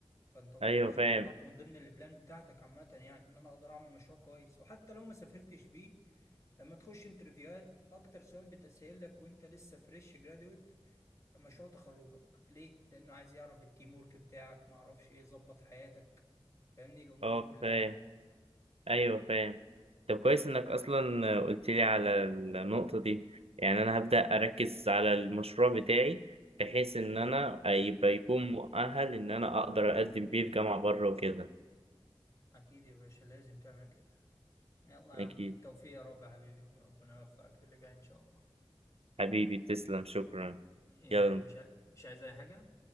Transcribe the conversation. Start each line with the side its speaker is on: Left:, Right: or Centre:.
Left: فانت برضه
Right: ايوه
Left: لازم
Right: فاهم
Left: تبقى حاطه من ضمن البلان بتاعتك عامة يعني ان انا اقدر اعمل مشروع كويس وحتى لو ما سافرتش بيه لما تخش انترفيوهات اكتر سؤال بتسأل لك وانت لسه فريش جرادويت مشروع تخرجك ليه لانه عايز يعرف التيم ورك بتاعك ما اعرفش ايه يظبط حياتك فاهمني الامور
Right: اه
Left: دي كلها
Right: فاهم
Left: يعني
Right: ايوه فاهم طب كويس انك اصلا قلت لي على النقطه دي يعني انا هبدا اركز على المشروع بتاعي بحيث ان انا يبقى يكون مؤهل ان انا اقدر اقدم بيه في جامعه بره وكده
Left: اكيد يا باشا لازم تعمل كده يلا يا
Right: اكيد
Left: عم بالتوفيق يا رب يا حبيبي وربنا يوفقك في اللي جاي ان شاء الله
Right: حبيبي تسلم شكرا
Left: يلا
Right: يلا
Left: مش ع- مش عايز اي حاجة